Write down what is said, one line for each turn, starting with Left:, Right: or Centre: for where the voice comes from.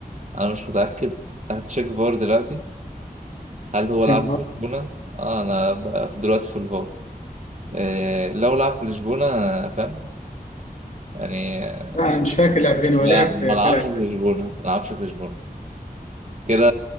Right: أنا مش متأكد هتشيك فار دلوقتي هل هو
Left: شيك
Right: لعب في لشبونة؟ آه أنا بقى في- دلوقتي في الفار إيه لو لعب في لشبونة فاهم يعني
Left: لا أنا مش فاكر الألفين ولكن
Right: لا ما
Left: في
Right: لعبش
Left: فرقة
Right: في
Left: ألفين.
Right: لشبونة ما لعبش في لشبونة كده